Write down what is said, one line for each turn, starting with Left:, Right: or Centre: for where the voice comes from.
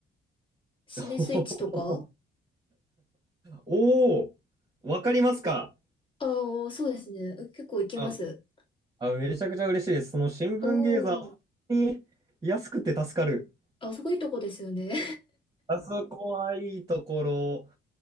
Left: シネスイッチとか
Right: <laughs> おお、わかりますか
Left: ああ、そうですね。結構行きます。
Right: あ、あ、めちゃくちゃ嬉しいです。その新聞芸座、
Left: おお、
Right: 本当に安くて助かる。
Left: あそこいいとこですよね。
Right: あそこはいいところ